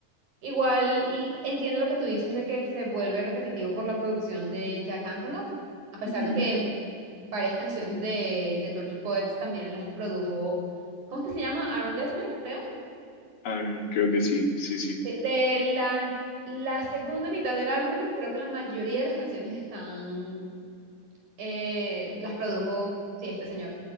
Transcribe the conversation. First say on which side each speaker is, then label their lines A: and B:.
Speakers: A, on the right; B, on the left.
A: igual y entiendo lo que tú dices de que se vuelve repetitivo por la producción de Jack Antonoff, a pesar
B: ujú,
A: de que varias canciones de, de Torture Poets también las produjo, ¿cómo es que se llama? Aaron Dessner, creo.
B: Aaron, creo que sí, sí, sí,
A: De, de la, la segunda mitad del álbum, creo que la mayoría de las canciones están, eh, las produjo, sí, este señor,